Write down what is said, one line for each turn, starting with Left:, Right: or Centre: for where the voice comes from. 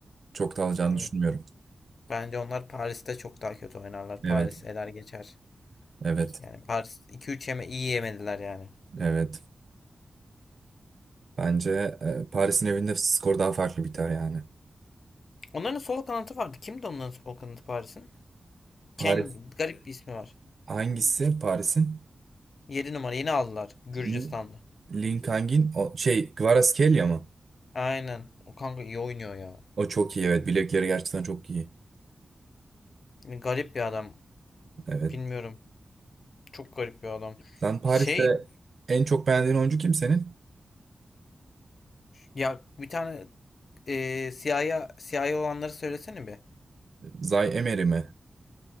Right: çok da alacağını
Left: Evet.
Right: düşünmüyorum.
Left: Bence onlar Paris'te çok daha kötü oynarlar.
Right: Evet,
Left: Paris eler geçer.
Right: evet,
Left: Yani Paris iki üç yeme iyi yemediler yani.
Right: evet. Bence e, Paris'in evinde skor daha farklı biter yani.
Left: Onların sol kanatı vardı. Kimdi onların sol kanatı Paris'in?
Right: Paris
Left: Ken garip bir ismi var.
Right: hangisi Paris'in?
Left: 7 numara yeni aldılar. Gürcistanlı.
Right: Lin, Link hangin? O, şey Kvaratskhelia mı?
Left: Aynen. O kanka iyi oynuyor ya.
Right: O çok iyi evet. Bilekleri gerçekten çok iyi.
Left: Garip bir adam.
Right: Evet.
Left: Bilmiyorum. Çok garip bir adam.
Right: Sen Paris'te
Left: Şey
Right: en çok beğendiğin oyuncu kim senin?
Left: ya bir tane e, siyah siyah olanları söylesene bir.
Right: Zay Emery mi?